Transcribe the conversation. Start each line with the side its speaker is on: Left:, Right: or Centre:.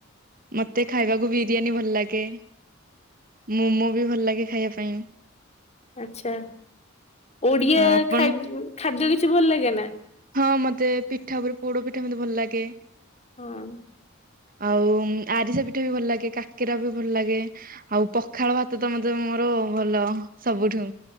Right: ମତେ ଖାଇବାକୁ ବିରିୟାନୀ ଭଲ ଲାଗେ ମୋମୋ ବି ଭଲ ଲାଗେ ଖାଇବା ପାଇଁ।
Left: ଆଛା ଓଡ଼ିଆ
Right: ଆପଣ
Left: ଖାଇ ଖାଦ୍ୟ କିଛି ଭଲ ଲାଗେନା?
Right: ହଁ ମତେ ପିଠା ଉପରେ ପୋଡ ପିଠା ମତେ ଭଲ ଲାଗେ।
Left: ହଁ।
Right: ଆଉ ଆରିସା ପିଠା ବି ଭଲ ଲାଗେ କାକେରା ବି ଭଲ ଲାଗେ ଆଉ ପଖାଳ ଭାତ ତ ମତେ ମୋର ଭଲ ସବୁଠୁ।